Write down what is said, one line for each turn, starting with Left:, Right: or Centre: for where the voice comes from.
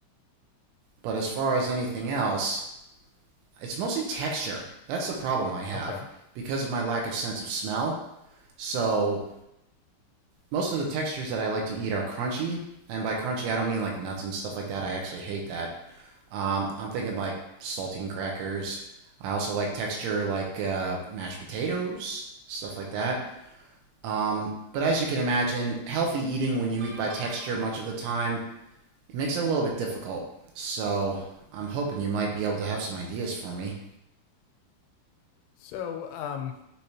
Right: but as far as anything else, it's mostly texture. That's the problem I have
Left: Okay.
Right: because of my lack of sense of smell. So most of the textures that I like to eat are crunchy, and by crunchy I don't mean like nuts and stuff like that. I actually hate that. Um, I'm thinking like saltine crackers. I also like texture like uh, mashed potatoes, stuff like that. Um, but as you can imagine, healthy eating when you eat by texture much of the time it makes it a little bit difficult. So I'm hoping you might be able to have some ideas for me.
Left: So um,